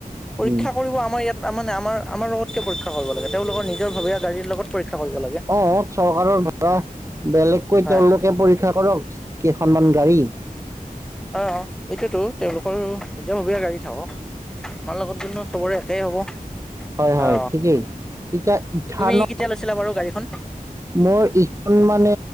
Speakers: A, in the centre; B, on the right.
A: পৰীক্ষা
B: উম।
A: কত আমাৰ ইয়াত মানে আমাৰ-আমাৰ লগত কিয় পৰীক্ষা কৰিব লাগে? তেওঁলোকৰ নিজৰ ভবিয়া গাড়ীৰ লগত পৰীক্ষা কৰিব লাগে।
B: অ', চৰকাৰৰ ধাৰা বেলেগকৈ
A: হয়
B: তেওঁলোকে পৰীক্ষা কৰক কেইখনমান গাড়ী। <unintelligible>
A: অ', এটোৱেতো তেওঁলোকৰ নিজাববীয়া গাড়ী থাকক। আমাৰ লগত <unintelligible> চবৰে একেই হব।
B: হয়-হয়,
A: অ
B: ঠিকেই। এতিয়া ইথানল
A: তুমি কেতিয়া লৈছিলা বাৰু গাড়ীখন
B: মোৰ এইখন মানে